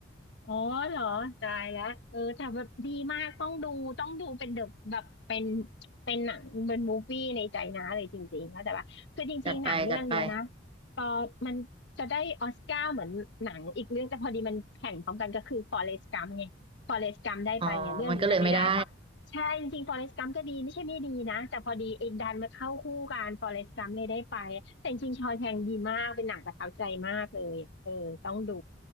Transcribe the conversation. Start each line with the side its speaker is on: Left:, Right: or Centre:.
Left: อ๋อเหรอตายแล้วเออแต่แบบดีมาก ต้องดูต้องดูเป็นเดอะแบบเป็นเป็นหนังเป็นมูฟวี่ในใจนะเลยจริงๆเข้าใจปะคือจริงๆหนังเรื่องเนี้ยนะ
Right: จัดไปจัดไป
Left: พอมันจะได้ออสการ์เหมือนหนังอีกเรื่องแต่พอดีมันแข่งพร้อมกันก็คือฟอเรสต์กัมไงฟอเรสต์กัมได้ไปไงเรื่องนี้เลยไม่ได้เพราะใช่จริงๆฟอเรสต์กัมก็ดีไม่ใช่ไม่ดีนะแต่พอดีไอ้ดันมาเข้าคู่กันฟอเรสต์กัมเลยได้ไปแต่จริงๆชอว์แชงก์ดีมาก
Right: อ๋อมันก็เลยไม่ได้
Left: เป็นหนังประทับใจมากเลยเออต้องดู